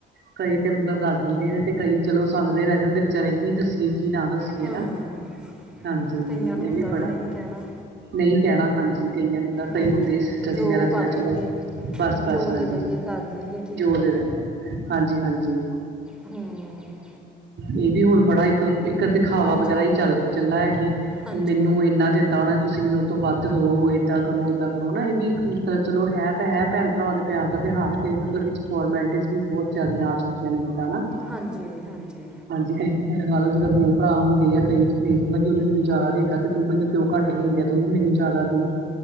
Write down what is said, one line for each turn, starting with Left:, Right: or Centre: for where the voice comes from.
Right: ਕਈ ਤੇ ਮਤਲਬ ਦੱਸ ਦਿੰਦੇ ਨੇ ਤੇ ਕਈ ਚਲੋ ਸੰਗਦੇ ਰਹਿ ਜਾਂਦੇ ਵਿਚਾਰੇ ਕੀ ਦੱਸੀਏ ਕੀ ਨਾ ਦੱਸ। ਇਸ ਲਈ,
Centre: ਹਾਂ
Right: ਹਾਂਜੀ,
Centre: ਕਈਆਂ ਨੂੰ
Right: ਇਹ
Centre: ਹੁੰਦਾ
Right: ਵੀ ਬੜਾ,
Centre: ਨਹੀਂ ਕਹਿਣਾ
Right: ਨਹੀਂ ਕਹਿਣਾ ਹਾਂਜੀ। ਕਈਆਂ ਨੂੰ ਹੁੰਦਾ ਕਈ
Centre: ਹੂੰ
Right: ਹੁੰਦੇ ਸਿਸਟਰ
Centre: ਜੋ
Right: ਵਗੈਰਾ
Centre: ਕਰ
Right: ਜਰਾ ਚਲੋ
Centre: ਦਿੰਦੇ
Right: ਬਸ-
Centre: ਜੋ
Right: ਬਸ ਹਾਂਜੀ।
Centre: ਦੇ ਦਿੰਦੇ ਕਰ ਦਿੰਦੇ। ਠੀਕ
Right: ਜੋ ਦੇਦੇ, ਹਾਂਜੀ-ਹਾਂਜੀ
Centre: ਹਮ।
Right: ਇਹ ਵੀ ਹੁਣ ਬੜਾ ਇੱਕ ਇੱਕ ਦਿਖਾਵਾ
Centre: ਹਾਂਜੀ
Right: ਵਗੈਰਾ ਹੀ ਚੱਲ ਚੱਲਾ ਐ
Centre: ਹਾਂਜੀ
Right: ਮੈਨੂੰ ਇਹਨਾਂ ਦੇ। ਤਾਂ ਉਹਨਾਂ ਨੇ ਤੁਸੀਂ ਮੈਨੂੰ ਉਹਤ ਤੋਂ ਵੱਧ ਦੋ ਏਦਾਂ ਕਰੋ ਓਦਾਂ ਕਰੋ ਨਾ ਇਹ ਵੀ ਇੱਕ ਮਤਲਬ ਚਲੋ ਹੈ ਤਾਂ ਹੈ ਭੈਣ ਭਰਾਵਾਂ ਦੇ। ਪਿਆਰ ਦਾ ਤਿਉਹਾਰ ਕਈ ਮਤਲਬ ਵਿੱਚ ਫੋਰਮੈਲਿਟੀਜ਼ ਵੀ ਬਹੁਤ ਜ਼ਿਆਦਾ ਆ ਚੁੱਕੀਆਂ ਨੇ ਜਿੱਦਾਂ ਹਨਾ।
Centre: ਹਾਂਜੀ- ਹਾਂਜੀ।
Right: ਹਾਂਜੀ ਕਈ ਸਾਈਡ ਜਿੱਦਾ ਦੋ ਭਰਾ ਹੁੰਦੇ ਆ ਕਈ ਚ ਹੁੰਦਾ ਉਹਨੇ ਮੈਨੂੰ ਜਿਆਦਾ ਦਿੱਤਾ ਤੇ ਤੂੰ ਮੈਨੂੰ। ਉਹ ਘੱਟ ਦੇਣਦੇ ਤੂੰ ਵੀ ਮੈਨੂੰ ਜ਼ਿਆਦਾ ਦੇ।